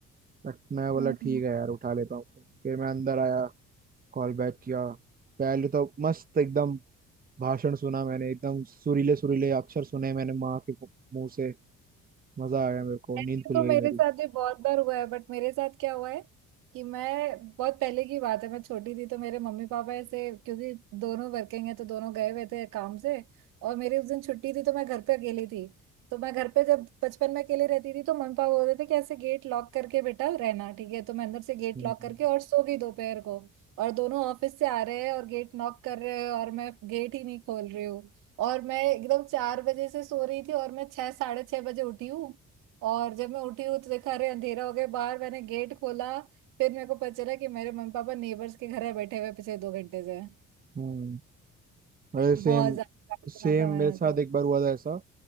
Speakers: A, on the right (about 30°); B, on the right (about 80°).
A: बट मैं बोला
B: हम्म
A: ठीक है यार उठा लेता हूँ फोन फिर मैं अंदर आया कॉल बैक किया पहले तो मस्त एकदम भाषण सुना मैंने एकदम सुरीले सुरीले अक्षर सुने मैंने माँ के मुंह से मजा आया मेरे को
B: ऐसे
A: नींद खुल
B: तो
A: गई
B: मेरे
A: मेरी
B: साथ भी बहुत बार हुआ है बट मेरे साथ क्या हुआ है कि मैं बहुत पहले की बात है मैं छोटी थी तो मेरे मम्मी पापा ऐसे क्योंकि दोनों वर्किंग है तो दोनों गए हुए थे काम से और मेरी उस दिन छुट्टी थी तो मैं घर पे अकेली थी तो मैं घर पे जब बचपन में अकेले रहती थी तो मम्मी पापा बोलते थे कि ऐसे गेट लॉक करके बेटा रहना ठीक है तो मैं अंदर से गेट
A: हम्म
B: लॉक करके और सो गई दोपहर को और दोनों ऑफिस से आ रहे हैं और गेट नॉक कर रहे हैं और मैं गेट ही नहीं खोल रही हूँ और मैं एकदम चार बजे से सो रही थी और मैं छह साढ़े छह बजे उठी हूँ और जब मैं उठी हूँ तो देखा अरे अंधेरा हो गया बाहर मैंने गेट खोला फिर मेरे को पता चला कि मेरे मम्मी पापा नेबर्स के घर में बैठे हुए पिछले दो घंटे से हैं।
A: हम्म अरे सेम
B: बहुत ज्यादा सुना
A: सेम
B: था मैंने
A: मेरे साथ
B: तो
A: एक बार हुआ था ऐसा